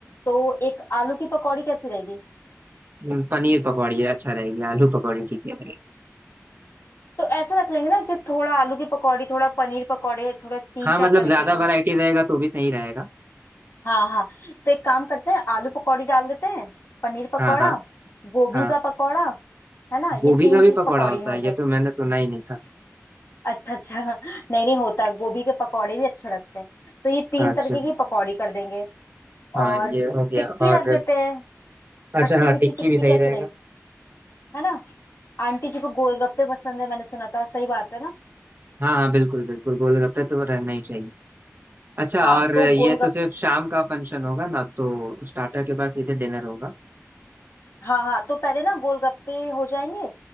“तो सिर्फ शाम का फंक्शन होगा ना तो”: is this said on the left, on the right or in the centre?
Right